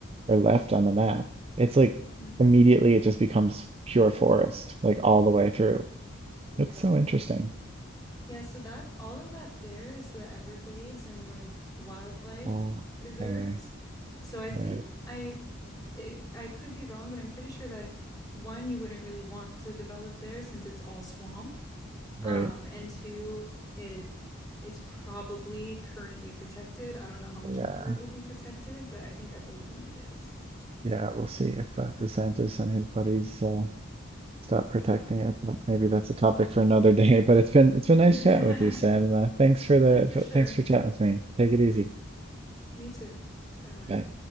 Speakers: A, on the right; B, on the left.
A: or left on the map, it's like
B: Mhm.
A: immediately it just becomes pure forest, like all the way through.
B: Yeah.
A: It's so interesting.
B: Yeah, so that all of that there is the Everglades and like wildlife
A: Oh,
B: reserves.
A: okay,
B: So I think
A: right,
B: I it, I could be wrong, but I'm pretty sure that one you wouldn't really want to develop there since it's all swamp. Um
A: right.
B: and two it it's probably currently protected. I don't know how much
A: Yeah.
B: longer it will be protected, but I think at the moment it is.
A: Yeah, we'll see if uh, DeSantis and his buddies uh, stop protecting
B: Yeah. <laughs>
A: it. But Maybe that's a topic for another <laughs> day. But it's been it's been nice
B: Yeah.
A: chatting with you, Sam. Uh, thanks for the
B: yeah, for
A: for,
B: sure.
A: thanks for chatting with me. Take it easy.
B: You too. Bye-bye.
A: Bye.